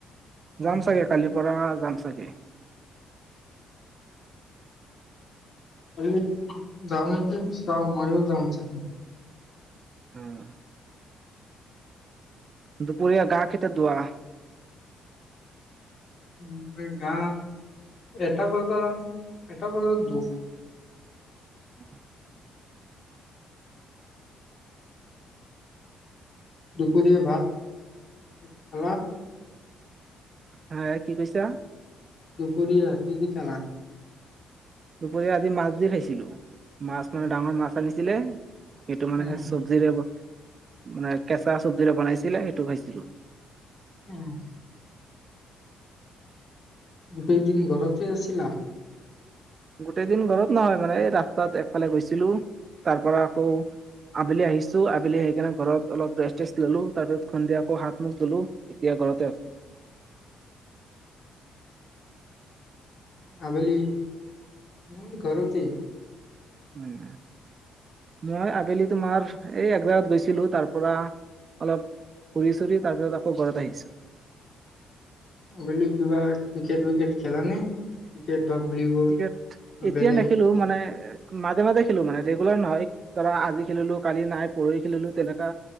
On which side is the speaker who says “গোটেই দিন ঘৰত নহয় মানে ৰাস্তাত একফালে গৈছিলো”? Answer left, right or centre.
Right